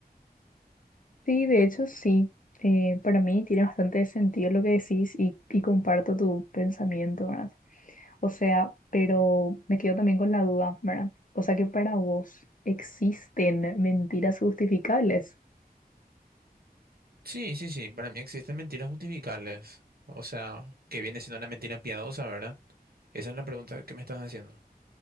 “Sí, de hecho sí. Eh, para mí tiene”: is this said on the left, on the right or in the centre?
Left